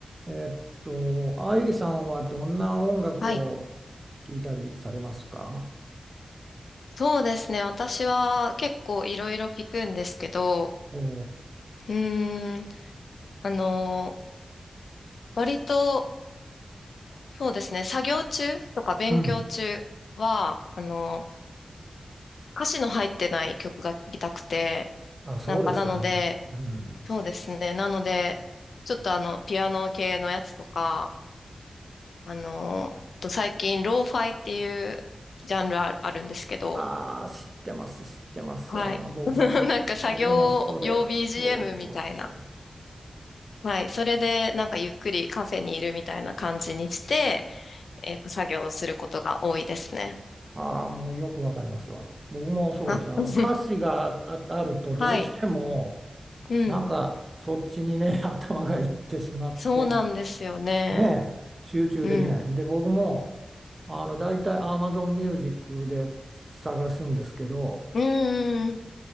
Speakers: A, on the right; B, on the left.
A: えーっと、愛理さんはどんな音楽を聴いたりされますか
B: はい。そうですね。私は結構いろいろ聞くんですけど、
A: おう、
B: うーん、あのー、割と、そうですね。作業中とか勉強中は、
A: うん。
B: あのー、歌詞の入ってない曲が聴きたくて、
A: あ、そうですよね。
B: なんかなので、
A: うん。
B: そうですね。なので、ちょっとあの、ピアノ系のやつとか、あのー、あと最近、ローファイっていうジャンルああるんですけど、
A: ああ、知ってます、知ってます。
B: はい。
A: あの、僕も、
B: <laughs> なんか作業用
A: 僕もそれ、
B: BGM
A: そうそうそうそ
B: みたいなはい。それで、なんかゆっくりカフェにいるみたいな感じにして、えっと、作業をすることが多いですね。
A: う。ああ、もうよくわかりますわ。僕もそうですねあの、
B: あ、<laughs>
A: 歌詞があ、あるとどうしても、
B: はい。うん。
A: なんかそっちにね、<laughs> 頭がいってしまって、
B: そうなんですよね。
A: ねえ、集中できない。
B: うん。
A: で、僕も、あの、大体 Amazon Music で探すんですけど、
B: うんうんうん。